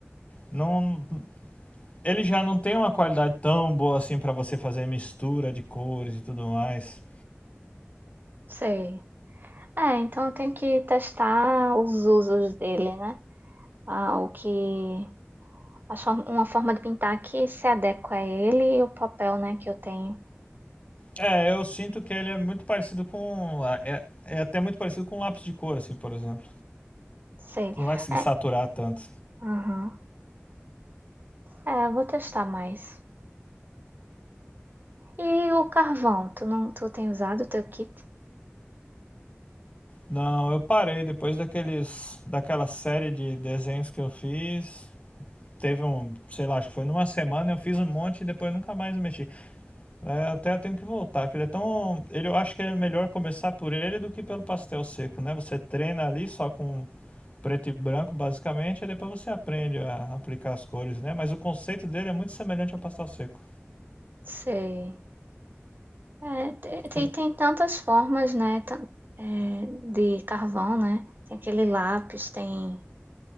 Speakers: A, on the left; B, on the right.
A: não, ele já não tem uma qualidade tão boa assim para você fazer mistura de cores e tudo mais.
B: sei. É, então eu tenho que testar os usos dele, né? Ah, o que. a for- Uma forma de pintar que se adequa a ele e o papel, né, que eu tenho.
A: É, eu sinto que ele é muito parecido com é, é até muito parecido com um lápis de cor assim, por exemplo.
B: Sei.
A: Tu não vai conseguir
B: É,
A: saturar tanto.
B: aham. É, vou testar mais. E o carvão? Tu não, tu tem usado o teu kit?
A: Não, eu parei depois daqueles, daquela série de desenhos que eu fiz. Teve um, sei lá, acho que foi numa semana, eu fiz um monte e depois nunca mais mexi. É, até eu tenho que voltar, que ele é tão, ele, eu acho que é melhor começar por ele do que pelo pastel seco, né? Você treina ali só com preto e branco, basicamente, e depois você aprende a aplicar as cores, né? Mas o conceito dele é muito semelhante ao pastel seco.
B: Sei. É, te- tem,
A: Tu-
B: tem tantas formas, né? tan- é, de carvão, né? Tem aquele lápis, tem